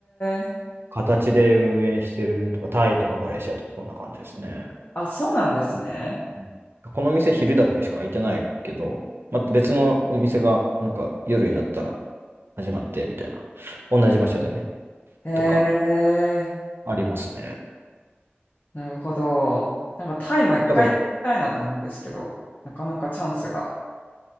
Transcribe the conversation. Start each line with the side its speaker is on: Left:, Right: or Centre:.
Left: ー、
Right: 形で運営してるとか、タイとかマレーシアとかそんな感じですね。
Left: あ、そうなんですね。
Right: うんこの店昼だけしか開いてないけど、また別のお店がなんか夜になったら始まってみたいな、同じ場所でね、
Left: えー、
Right: とかありますね。
Left: なるほど。なんかタイも一回行きたいなと思うんですけど、
Right: だから
Left: なかなかチャンスが。